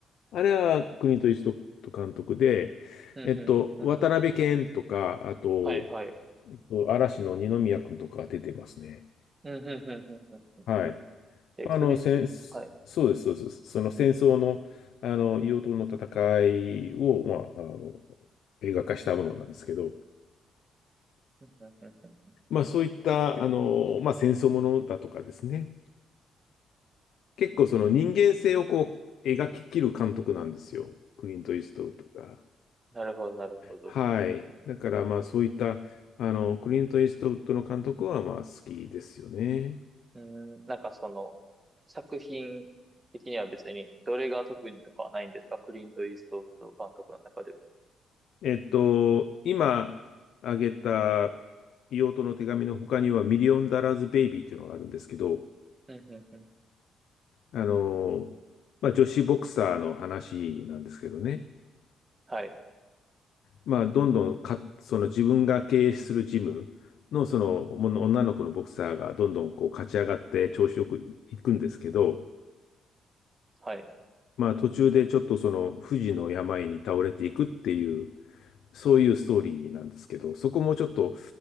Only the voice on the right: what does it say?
うん、
うん、うん、ふん。
はいはい。
うん、うん、うん、うん、うん。ふん
え、
クリスト、
はい。
うん、
なるほど、なるほど。
うん、
うんなんかその、作品的には別に、どれが特にとかはないんですかクリント・イーストウッド監督の中でも。
うんうんうん
はい、
はい。